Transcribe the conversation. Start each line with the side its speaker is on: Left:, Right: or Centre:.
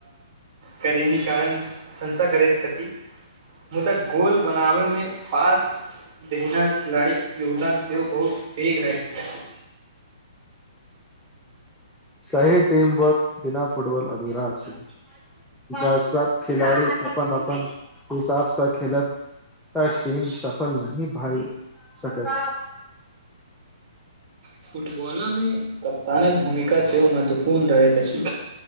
Right: करनी कारण संसा करै छथि मुदा गोल बनाबैमे पास दहिन खेलाड़ीके योगदान सेहो बहुत पेघ रहैत
Centre: सही टीम वर्क बिना फुटबॉल अधरा छै ज सब खेलाड़ी अपन अपन हिसाबसँ खेल तऽ टीम सफल नहि भई सकै
Right: फुटबॉलो में कप्तानक भूमिका सेहो महत्वपूर्ण रहैत अछि